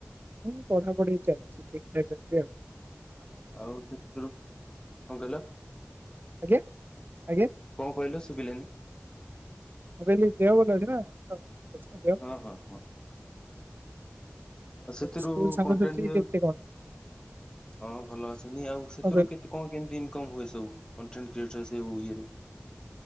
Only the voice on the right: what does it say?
ହୁଁ ପଢ଼ାପଢ଼ି ଚାଲିଛି ଠିକ୍। <unintelligible>
ଆଜ୍ଞା ଆଜ୍ଞା।
ମୁଁ କହିଲି <unintelligible> ଦେହ
ସ୍କୁଲ ସାଙ୍ଗସାଥି
କେତେ କଣ କଣ
କହିଲେ?